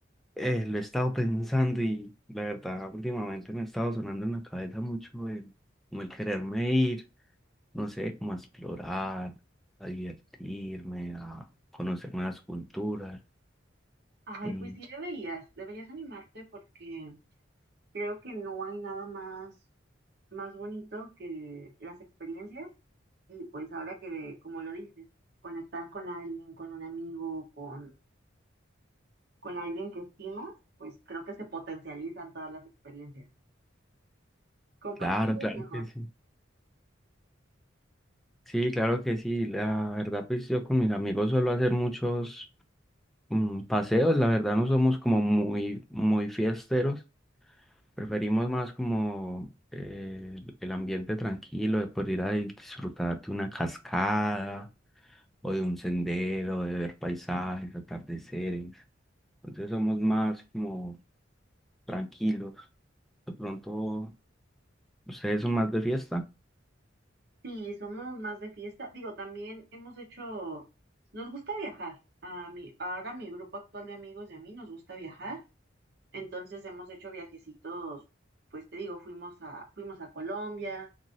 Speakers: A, in the centre; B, on the right.
A: Eh, lo he estado pensando y la verdad últimamente me ha estado sonando en la cabeza mucho el, como el quererme ir, no sé, como a explorar, a divertirme, a conocer nuevas culturas.
B: Ay,
A: Mm,
B: pues sí deberías, deberías animarte porque creo que no hay nada más. más bonito que las experiencias y pues ahora que, como lo dices, conectar con alguien, con un amigo, con, con alguien que estimas, pues creo que se potencializan todas las experiencias. Compartir
A: claro,
B: es
A: claro
B: mejor.
A: que sí. Sí, claro que sí. La verdad, pues yo con mis amigos suelo hacer muchos mm, paseos. La verdad no somos como muy, muy fiesteros. Preferimos más como eh, el el ambiente tranquilo de poder ir a disfrutar de una cascada o de un sendero, de ver paisajes, atardeceres. Entonces somos más como tranquilos. De pronto, ¿ustedes son más de fiesta?
B: Sí, somos más de fiesta. Digo, también hemos hecho, nos gusta viajar. A mí, ahora mi grupo actual de amigos y a mí nos gusta viajar. Entonces hemos hecho viajecitos, pues te digo, fuimos a, fuimos a Colombia,